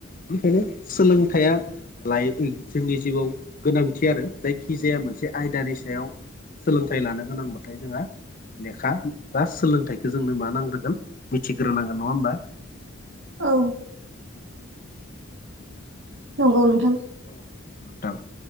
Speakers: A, on the left; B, on the right.
A: बेनिखायनो सोलोंथाइया लाइक जोंनि जिउआव गोनांथि आरो जायखिजाया मोनसे आयदानि सायाव सोलोंथाइ लानो गोनांबाथाय जोंहा लेखा बा सोलोंथाइखौ जोंनो मा नांग्रोगोन मिथिग्रोनांगोन नङा होमबा?
B: औ नंगौ नोंथां।
A: औ नोंथां।